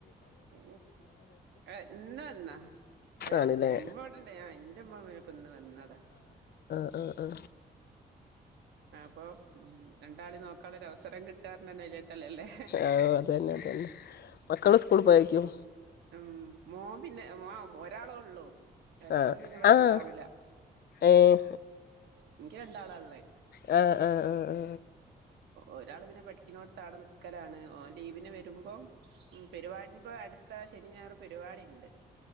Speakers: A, on the right; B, on the left.
A: ഉ എന്ന എന്നെന്നാ. അ
B: ആണ്ല്ലേ
A: ഉമ്മവിടെണ്ട ഞ എന്റെമ്മമ്മനപ്പന്ന് വന്നതാ.
B: ആ ആ.
A: അപ്പൊ ഉം രണ്ടാളി നോക്കാുള്ളൊര അവസരം കിട്ടറന്നന്നെവല്ല്യട്ടലല്ലേ.
B: ആഹ് അതന്നെ അതന്നെ മക്കള് ഉസ്കൂൾ പോയക്കും.
A: ഉം മോൻ പിന്നെ മോം ഒരാളെ ഉള്ളു. ഒരാള്
B: ആഹ്
A: പിന്നെ ഇവിടെ
B: ആഹ്
A: ഇണ്ടാവൂല
B: ഏഹ്
A: ഇക്കി രണ്ടാളള്ളേ.
B: ഹ ആ ആ ആ.
A: ഒരാൾ പിന്നെ പഠിക്കുന്നോട്താടെ നിക്കലാണ് ഓൻ ലീവിന് വരുമ്പോ ഉം പെരുപാടി അടു ശന ഞാർ പരിപാടി ഉണ്ട്